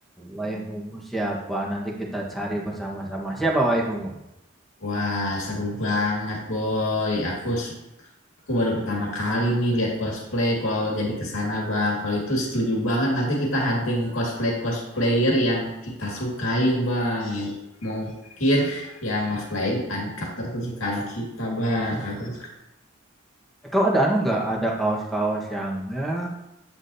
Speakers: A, in the centre; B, on the left (about 80°).
A: Waifumu siapa? Nanti kita cari bersama-sama. Siapa waifumu?
B: Wah seru banget boy. Aku su- aku baru pertama kali nih lihat cosplay kalau jadi ke sana bang. Kalau itu setuju banget nanti kita hunting cosplay cosplayer yang kita sukain bang. Yang mungkin yang cosplayin an- karakter kesukaan kita bang. Karakter
A: Eh, Kau ada anu nggak? Ada kaos-kaos yang ya